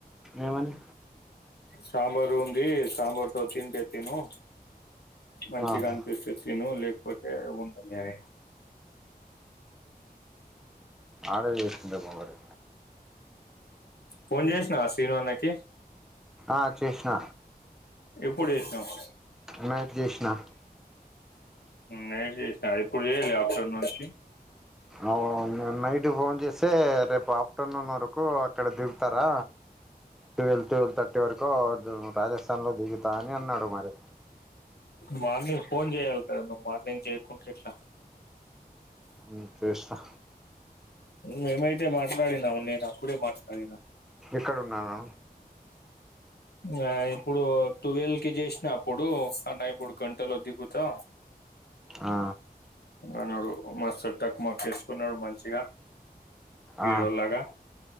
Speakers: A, in the centre; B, on the left.
A: ఏమని
B: సాంబారు ఉంది సాంబార్తో తింటే తిను మంచిగా
A: ఆహా
B: అనిపిస్తది తిను లేకపోతే ఉంటుంది అదే
A: ఆడే చేసుకుంటే బాగోదు
B: ఫోన్ చేసినవా శ్రీనుఅన్నకి
A: ఆ చేసిన
B: ఎప్పుడు చేసినవ్
A: నైట్ జేసినా
B: నైట్ చేసినవ్ ఇప్పుడు చేయాలా ఆఫ్టర్ నుంచి
A: అవో నేను నైట్ నైట్ ఫోన్ చేస్తే రేపు ఆఫ్టర్నూన్ వరకు అక్కడ దిగుతారా టువల్ టువల్ థర్టీ వరకు రాజస్థాన్ లో దిగుతా అని అన్నాడు మరి
B: మార్నింగ్ ఫోన్ చేయాలి కదా నువ్వు మార్నింగ్ చేయకుంటే ఎట్లా
A: ఉమ్ చూస్తా
B: మేమైతే మాట్లాడినాము నేను అప్పుడే మాట్లాడి నా
A: ఇక్కడ ఉన్నా మే
B: ఆ ఇప్పుడు టువెల్వ్ కి చేసిన అప్పుడు అన్న ఇప్పుడు గంటలో దిగుతా
A: ఆ
B: న్నాడు మా టక్ మాకు వసుకున్నాడు మనషిగా
A: ఆ
B: ఇరుళగా